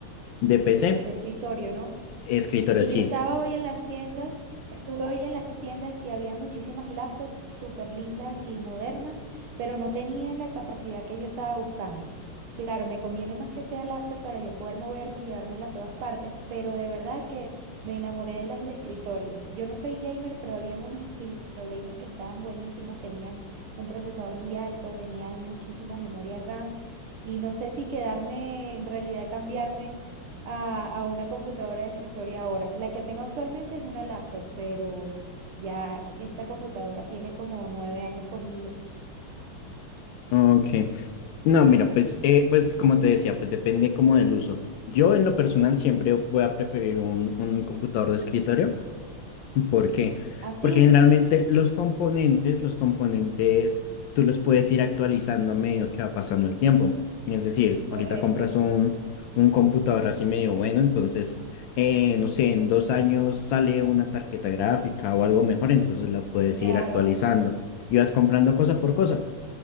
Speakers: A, on the left (about 75°); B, on the right (about 80°).
A: de PC,
B: de escritorio, ¿no?
A: escritorio,
B: Si
A: sí.
B: yo estaba hoy en las tiendas, estuve hoy en las tiendas y había muchísimas laptops súper lindas y modernas, pero no tenían la capacidad que yo estaba buscando. Claro, me conviene más que sea laptop para yo poder moverme y llevármela a todas partes, pero de verdad que me enamoré de las de escritorio. Yo no soy gamer, pero habían unas estilo gamer que estaban buenísimas, tenían un procesador muy alto, tenían muchísima memoria RAM y no sé si quedarme, en realidad cambiarme a, a una computadora de escritorio ahora. La que tengo actualmente es una laptop, pero ya esta computadora tiene como nueve años conmigo.
A: Ok. No, mira, pues, eh, pues como te decía, pues depende como del uso. Yo en lo personal siempre voy a preferir un, un computador de escritorio. ¿Por qué?
B: Así,
A: Porque generalmente los componentes, los componentes, tú los puedes ir actualizando a medida que va pasando el tiempo. Es decir,
B: correcto,
A: ahorita compras un, un computador así medio bueno, entonces, eh, no sé, en dos años sale una tarjeta gráfica o algo mejor, entonces la puedes
B: claro,
A: ir actualizando y vas comprando cosa por cosa.